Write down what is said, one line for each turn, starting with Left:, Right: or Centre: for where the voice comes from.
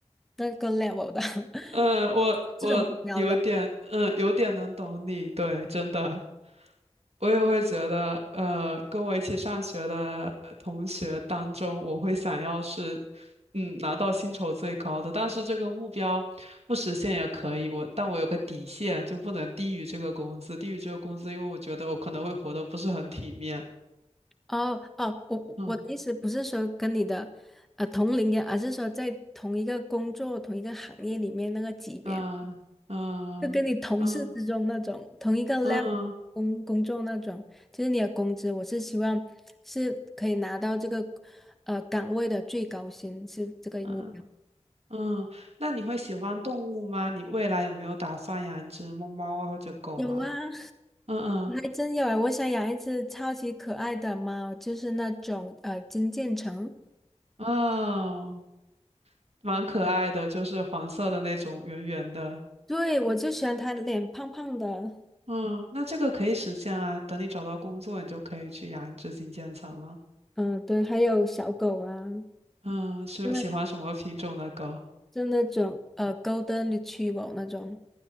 Centre: 那个 level 的
Right: 嗯，我我有点，
Centre: <laughs> 这种目标的。
Right: 嗯，有点能懂你，对，真的，我也会觉得，呃，跟我一起上学的呃同学当中，我会想要是，嗯，拿到薪酬最高的，但是这个目标不实现也可以，我，但我有个底线，就不能低于这个工资，低于这个工资，因为我觉得我可能会活得不是很体面。
Centre: 哦哦，我我的意思不是说跟你的呃同龄人，
Right: 嗯
Centre: 而是说在同一个工作、同一个行业里面那个级别，
Right: 嗯嗯嗯
Centre: 就跟你同事之中那种同一个 level
Right: 嗯
Centre: 工工作那种，就是你的工资，我是希望是可以拿到这个呃岗位的最高薪，是这个目标。
Right: 嗯。嗯，那你会喜欢动物吗？你未来有没有打算养一只猫猫啊，或者狗啊？
Centre: 有啊，
Right: 嗯
Centre: 还真有啊！我想养一只超级可爱的猫，就是那种呃金渐层。
Right: 嗯，哦，蛮可爱的，就是黄色的那种，圆圆的。
Centre: 对，我就喜欢它脸胖胖的。
Right: 嗯，那这个可以实现啊。等你找到工作，你就可以去养一只金渐层了。
Centre: 嗯、对，还有小狗啊，
Right: 嗯，是喜欢什么品种的狗？
Centre: 就那就那种呃，Golden Retriever 那种，